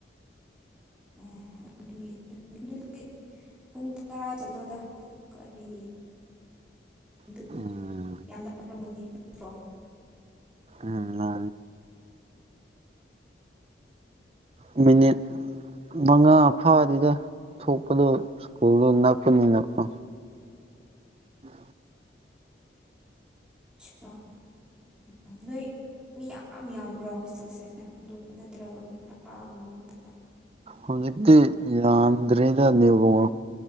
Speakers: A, in the centre; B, on the right (about 35°).
A: ꯑ ꯑꯗꯨꯏ ꯑꯗꯨ ꯑꯗꯨꯗꯤ ꯄꯨꯡ ꯇꯔꯥ ꯆꯠꯂꯣꯗ ꯀꯔꯤ ꯑꯗꯨ
B: ꯎꯝ
A: ꯌꯥꯝ ꯂꯔꯝꯒꯅꯤ ꯅꯠꯇ꯭ꯔꯣ
B: ꯎꯝ ꯃꯥ ꯃꯤꯅꯤꯠ ꯃꯉꯥ ꯐꯥꯗꯦꯗꯗ ꯊꯣꯛꯄꯗꯣ ꯁ꯭ꯀꯨꯜꯗꯣ ꯅꯛꯄꯅꯤꯅꯀꯣ ꯎꯝ
A: ꯄ ꯎꯝ ꯅꯣꯏ ꯃꯤ ꯌꯥꯝ ꯌꯥꯝꯕ꯭ꯔꯣ ꯍꯣꯁꯇꯦꯜꯁꯦ ꯑꯗꯨ ꯅꯠꯇ꯭ꯔꯒ ꯃꯤ ꯇꯔꯥꯒꯨꯝꯕ ꯈ <inaudible>
B: ꯍꯧꯖꯤꯛꯇꯤ ꯌꯥꯝꯗ꯭꯭ꯔꯤꯗ ꯅꯥꯎ